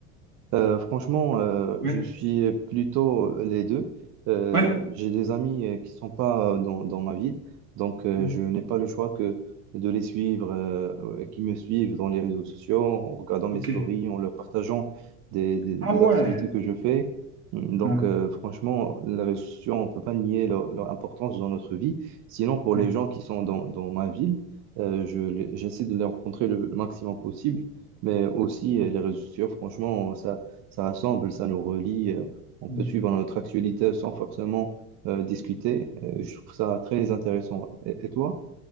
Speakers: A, on the right; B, on the right.
A: Euh, franchement, euh,
B: Oui,
A: je suis plutôt les deux. Euh,
B: oui,
A: j'ai des amis euh, qui sont pas dans, dans ma ville, donc euh,
B: oui,
A: je n'ai pas le choix que de les suivre, euh, qui me suivent dans les réseaux sociaux, en regardant mes
B: ok.
A: stories, en leur partageant des, des- des
B: Ah ouais.
A: activités que je fais. Mmh, Donc,
B: ouais,
A: euh, franchement, les réseaux sociaux, on ne peut pas nier leur, leur importance dans notre vie. Sinon, pour
B: ouais,
A: les gens qui sont dans, dans ma ville, euh, je les- j'essaie de les rencontrer le le maximum possible. Mais aussi, euh, les réseaux sociaux, franchement, ça, ça rassemble, ça nous relie. euh, on
B: ouais.
A: peut suivre notre actualité sans forcément euh, discuter. Euh, je trouve ça très intéressant. Et, et toi?